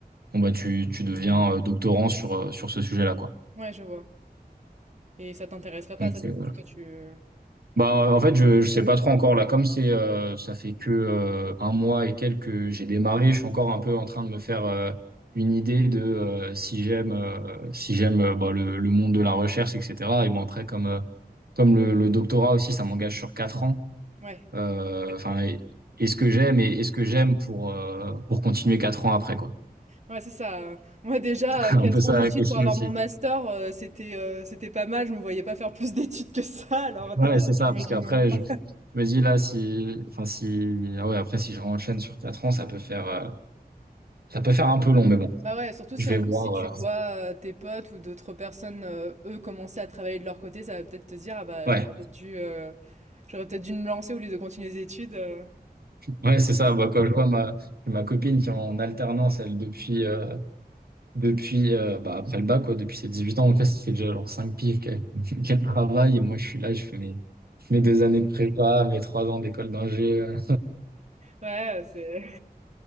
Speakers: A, on the right; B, on the right.
A: bon, bah, tu, tu deviens euh, doctorant sur, euh, sur ce sujet-là, quoi.
B: Ouais, je vois. Et ça t'intéresserait pas
A: Donc,
B: ça du
A: euh,
B: coup? Toi tu
A: Bah, en fait, je, je sais pas trop encore là. Comme c'est, euh, ça fait que euh, un mois et quelques que j'ai démarré, je suis encore un peu en train de me faire euh, une idée de euh, si j'aime, euh, si j'aime euh, bah, le, le monde de la recherche, etc. Et bon après, comme euh, comme le, le doctorat aussi, ça m'engage sur quatre ans.
B: ouais.
A: Euh, Enfin, et- est-ce que j'aime et est-ce que j'aime pour euh, pour continuer quatre ans après quoi.
B: Ouais, c'est ça, moi déjà,
A: <laughs>
B: euh, 4
A: Un peu ça
B: ans d'études
A: la question
B: pour avoir
A: aussi.
B: mon master, heu, c'était, heu, c'était pas mal, je me voyais pas faire plus <laughs> d'études que ça, alors
A: Ouais,
B: toi,
A: c'est ça,
B: j'imagine
A: parce qu'après
B: même pas.
A: je, je me dis là si, enfin si, ah ouais après si je renchaîne sur quatre ans, ça peut faire. euh, Ça peut faire un peu long, mais bon,
B: Bah, ouais, surtout si
A: je vais
B: en plus
A: voir.
B: si tu
A: euh,
B: vois, heu, tes potes ou d'autres personnes, heu, eux commencer à travailler de leur côté, ça va peut-être te dire: «Ah bah,
A: Ouais,
B: j'aurais peut-être dû, heu, j'aurais peut-être dû me lancer au lieu de continuer les études», heu
A: ouais, c'est ça. Bah, quand je vois ma, ma copine qui est en alternance, elle, depuis, euh, depuis euh, bah, après le bac, quoi, depuis ses 18 ans, en fait, ça fait déjà genre 5 piges qu'elle <laughs> qu'elle travaille. Et moi, je suis là, je fais mes, mes deux années de prépa, mes trois ans d'école d'ingé. euh.
B: Ouais, heu, c'est